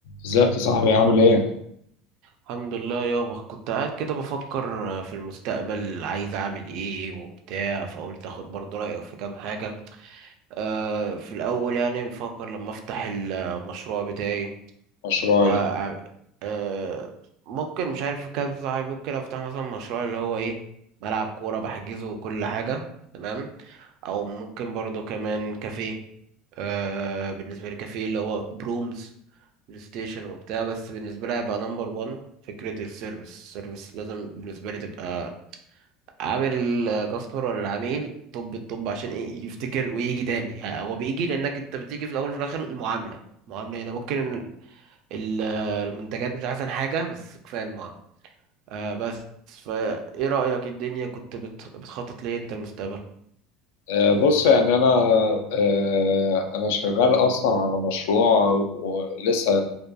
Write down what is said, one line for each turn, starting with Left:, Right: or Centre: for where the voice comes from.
Left: ازيك يا صاحبي عامل ايه؟
Right: الحمد لله يابا كنت قاعد كده بفكر آه، في المستقبل عايز اعمل ايه وبتاع فقلت اخد برضه رأيك في كام حاجة أه في الاول يعني بفكر لما افتح المشروع بتاعي
Left: مشروعي
Right: و أه ممكن مش عارف كذا صاحبي ممكن افتح مثلا مشروع اللي هو ايه ملعب كورة بحجزه وكل حاجة تمام او ممكن برضه كمان كافيه أه بالنسبة لي كافيه اللي هو برومز بلاي ستيشن وبتاع بس بالنسبة لي هيبقى نمبر 1 فكرة السيرفيس السيرفيس لازم بالنسبة لي تبقى عامل كاستمر ولا العميل طب الطب عشان ايه يفتكر ويجي تاني ه- هو بيجي لانك انت بتيجي في الاول وفي الاخر المعاملة المعاملة هنا ممكن ال- المنتجات مش احسن حاجة بس كفاية المعاملة آه بس فا ايه رأيك الدنيا كنت بت- بتخطط ليه انت المستقبل
Left: آه بص يعني انا آه انا شغال اصلا على مشروع ولسه